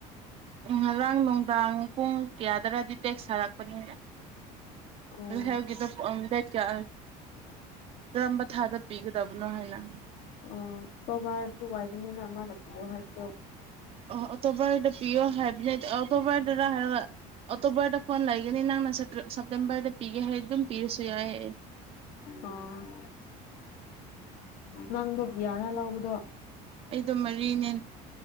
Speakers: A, on the right; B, on the left.
A: ꯎꯝ ꯉꯔꯥꯡ ꯅꯨꯡꯗꯥꯡ ꯄꯨꯡ ꯀꯌꯥꯗꯔꯗꯤ ꯇꯦꯛꯁ ꯊꯥꯔꯛꯄꯅꯤ
B: ꯎꯝ
A: ꯂꯩꯒꯤꯗ ꯀ ꯇꯔꯝꯝꯕ ꯊꯥꯗ ꯄꯤꯒꯗꯕꯅꯣ ꯍꯥꯏꯅ
B: ꯑꯣ ꯇꯣꯕꯥꯗꯨ ꯋꯥꯏꯔꯤꯅꯤꯅ ꯑꯃꯅ ꯄꯤꯌꯣ ꯍꯥꯏꯕꯗꯣ
A: ꯑ ꯑꯇꯣꯞꯄꯣꯏꯗ ꯄꯤꯌꯣ ꯍꯥꯏꯕꯅꯤ ꯑꯇꯣꯞꯄꯣꯏꯗ ꯍꯥꯏꯔꯒ ꯑꯇꯣꯄꯣꯏꯗ ꯐꯣꯟ ꯂꯩꯒꯅꯤ ꯅꯪ ꯁꯦꯞꯇꯦꯝꯝꯕꯔꯗ ꯄꯤꯒ ꯍꯥꯏ ꯑꯗꯨ ꯄꯤꯔꯁ ꯌꯥꯏꯌꯦ꯫
B: ꯑꯣ ꯅꯪꯗꯣ ꯌꯥꯔꯥ ꯂꯕꯗꯣ
A: ꯑꯩꯗꯣ ꯃꯔꯤꯅꯦ